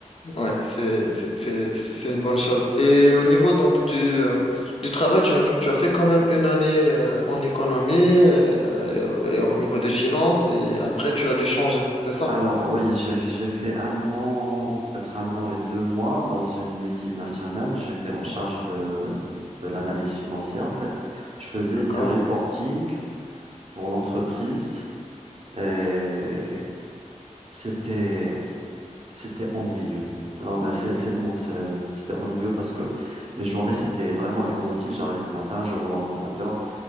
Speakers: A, on the left (about 50°); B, on the right (about 50°).
A: Ouais, c'est c'est- c'est- c'est- c'est une bonne chose. Et au niveau donc du, euh, du travail, tu m'as dit que tu as fait quand même une année euh, en économie euh, et, au niveau des finances et après tu as dû changer, c'est ça?
B: Alors oui, j'ai j'ai fait un an, peut-être un an et deux mois dans une multinationale. J'étais en charge de, de l'analyse financière. En fait, je faisais
A: D'accord.
B: du reporting pour l'entreprise et c'était C'était ennuyeux. Non, mais c'est c'est le mot. c'est- C'était ennuyeux parce que mes journées, c'était vraiment une routine. J'arrive le matin, j'ouvre l'ordinateur,